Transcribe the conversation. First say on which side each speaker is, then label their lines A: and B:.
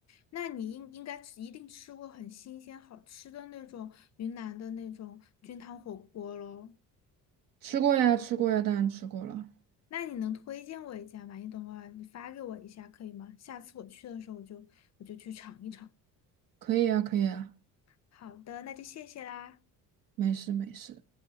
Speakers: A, on the left; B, on the right.
A: 那你应应该吃，一定吃过很新鲜好吃的那种云南的那种菌汤火锅喽。
B: 吃过呀，吃过呀，当然吃过了，
A: 那你能推荐我一家吗？你等会儿你发给我一下可以吗？下次我去的时候，我就我就去尝一尝。
B: 可以呀，可以呀，
A: 好的，那就谢谢啦。
B: 没事没事。